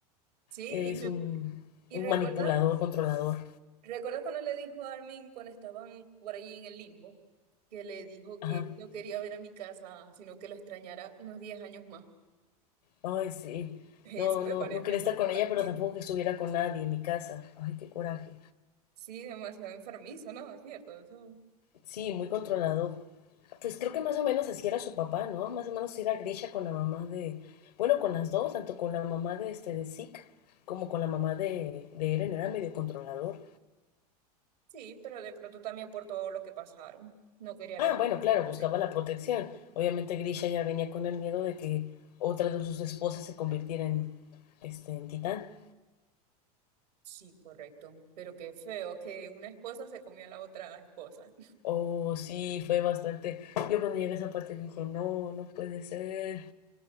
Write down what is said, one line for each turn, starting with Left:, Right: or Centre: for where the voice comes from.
Right: Sí,
Left: eres
Right: y, me...
Left: un,
Right: y
Left: un
Right: recuerda,
Left: manipulador, controlador.
Right: recuerda cuando le dijo a Armin cuando estaban por ahí en el limbo, que le dijo que
Left: Ajá.
Right: no quería ver a mi casa, sino que lo extrañara unos 10 años más.
Left: Ay, sí.
Right: <laughs> Eso
Left: No,
Right: me
Left: no,
Right: pareció
Left: no quería
Right: muy
Left: estar con
Right: infantil.
Left: ella, pero tampoco que estuviera con nadie en mi casa. Ay, qué coraje.
Right: Sí, demasiado enfermizo, ¿no? Es cierto, eso.
Left: Sí, muy controlador. Pues creo que más o menos así era su papá, ¿no? Más o menos así era Grisha con la mamá de... Bueno, con las dos, tanto con la mamá de, este, de Zeke como con la mamá de, de Eren, era medio controlador.
Right: Sí, pero de pronto también por todo lo que pasaron. No quería alejarme
Left: Ah, bueno, claro,
Right: de uno
Left: buscaba
Right: de ellos.
Left: la protección. Obviamente Grisha ya venía con el miedo de que otra de sus esposas se convirtiera en, este, en titán.
Right: Sí, correcto. Pero qué feo que una esposa se comió a la otra esposa.
Left: Oh, sí, fue bastante. Yo cuando llegué a esa parte dije, no, no puede ser.